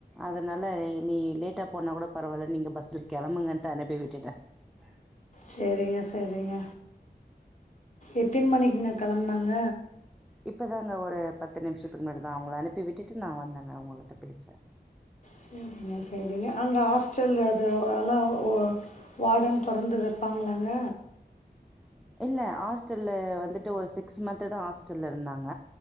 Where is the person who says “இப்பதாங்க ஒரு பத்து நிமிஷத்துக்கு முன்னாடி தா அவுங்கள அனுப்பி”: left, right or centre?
Centre